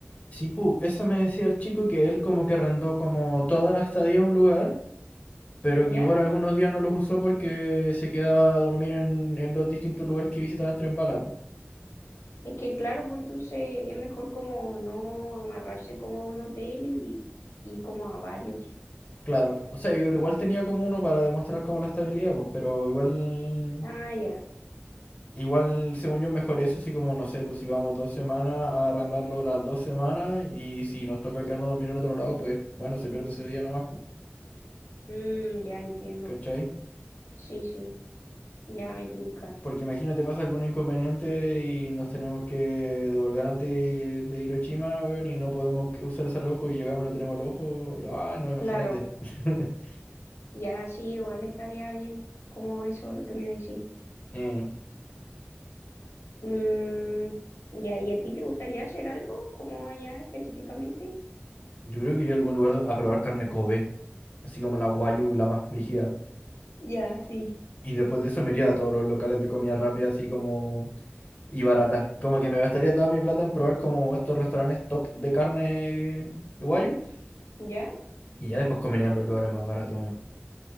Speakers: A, on the left; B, on the left.
A: Sí, pues eso me decía el chico que él como que arrendó como toda la estadía a un lugar, pero
B: ¿ya?
A: que igual algunos días no los usó porque se quedaba a dormir en, en los distintos lugares que visitaba en tren bala, pues.
B: Es que claro, pues entonces es mejor como no amarrarse como a un hotel y, y como a varios.
A: Claro, o sea, igual tenía como uno para demostrar como la estabilidad, pues, pero igual
B: Ah, ya,
A: Igual, según yo, es mejor eso, así como, no sé, pues si vamos dos semanas a arrendarlo las dos semanas y si nos toca quedarnos a dormir en otro lado, pues bueno, se pierde ese día nomás, pues,
B: Mm, ya entiendo.
A: ¿cachai?
B: Sí, sí, ya me tinca.
A: Porque imagínate, pasa algún inconveniente y nos tenemos que devolver antes eh, de Hiroshima, weón, y no podemos que- usar ese ojo y llegamos y no tenemos el ojo. y, Ay, no, imagínate.
B: Claro.
A: <laughs>
B: Ya, sí, igual estaría bien, como eso lo que me decís.
A: Eh,
B: Mm, ya, ¿y a ti te gustaría hacer algo como allá específicamente?
A: yo creo que iría a algún lugar do- a probar carne Kobe, así como la guayu, la más brígida.
B: Ya, sí.
A: Y después de eso me iría a todos los locales de comida rápida, así como Y barata. Como que me gastaría toda mi plata en probar como estos restaurantes top de carne eh, de guayu.
B: ¿Ya?
A: Y ya después comerían los lugares más baratos. weón.